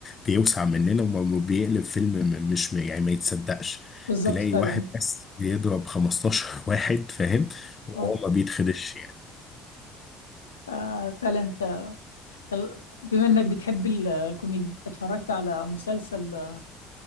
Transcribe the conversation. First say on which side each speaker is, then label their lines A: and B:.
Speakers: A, on the left; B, on the left.
A: بيوسع مننا وبيقلب فيلم م- مش م- يعني ما يتصدقش
B: بالظبط
A: تلاقي
B: فعلا
A: واحد بس بيضرب 15 <laughs> واحد فاهم وهو
B: آه
A: ما بيتخدش يعني
B: آه فعلا انت طب بما انك بتحب الكوميدي اتفرجت على مسلسل آه،